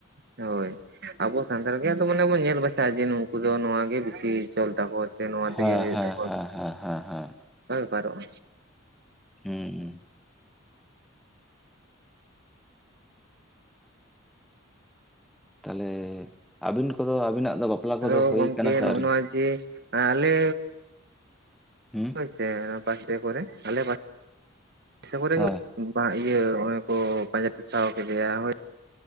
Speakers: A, on the right; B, in the centre.
A: ᱦᱳᱭ ᱟᱵᱚ ᱥᱟᱱᱛᱟᱲ ᱜᱮ ᱟᱫᱚ ᱢᱟᱱᱮ ᱵᱚᱱ ᱧᱮᱞ ᱵᱟᱪᱷᱟᱣ ᱤᱫᱤᱭᱟ ᱱᱩᱠᱩ ᱫᱚ ᱱᱚᱣᱟ ᱜᱮ ᱵᱤᱥᱤ ᱪᱚᱞ ᱛᱟᱠᱚ᱾ ᱱᱚᱣᱟ ᱛᱮᱜᱮ
B: ᱦᱮᱸ
A: ᱦᱩᱭᱩᱜ
B: ᱦᱮᱸ
A: ᱛᱟᱠᱚᱣᱟ
B: ᱦᱮᱸ
A: ᱚᱱᱠᱟ
B: ᱦᱮᱸ ᱦᱮᱸ ᱦᱮᱸ
A: ᱵᱮᱯᱟᱨᱚᱜ-ᱟ᱾
B: <unintelligible> ᱛᱟᱦᱚᱞᱮ ᱟᱹᱵᱤᱱ ᱠᱚᱫᱚ ᱟᱵᱤᱱᱟᱜ ᱫᱚ ᱵᱟᱯᱞᱟ
A: ᱟᱫᱚ
B: ᱠᱚᱫᱚ ᱦᱳᱭ
A: ᱜᱚᱝᱠᱮ
B: ᱠᱟᱱᱟ ᱥᱮ
A: ᱱᱚᱜ
B: ᱟᱹᱣᱨᱤ
A: ᱱᱚᱣᱟ ᱡᱮ ᱟᱞᱮ
B: ᱦᱩᱸ
A: ᱦᱚᱭ ᱥᱮ ᱯᱟᱥᱮ ᱠᱚᱨᱮ ᱟᱞᱮ ᱯᱟᱥᱮ ᱯᱟᱥᱮ ᱠᱚᱨᱮ
B: ᱦᱮᱸ
A: ᱤᱭᱟᱹ ᱚᱱᱮ ᱠᱚ ᱯᱟᱸᱡᱟ ᱴᱮᱥᱟᱣ ᱠᱮᱫᱮᱭᱟ ᱦᱚᱭ᱾